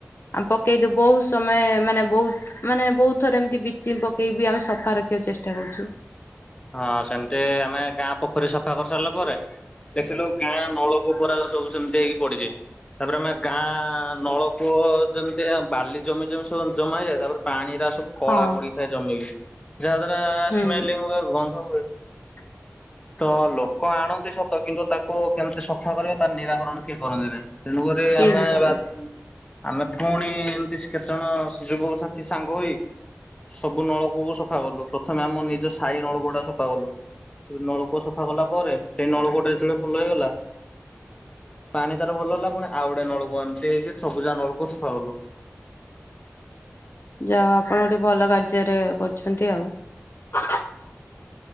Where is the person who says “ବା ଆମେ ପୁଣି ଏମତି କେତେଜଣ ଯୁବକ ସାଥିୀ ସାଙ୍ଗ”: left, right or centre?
Left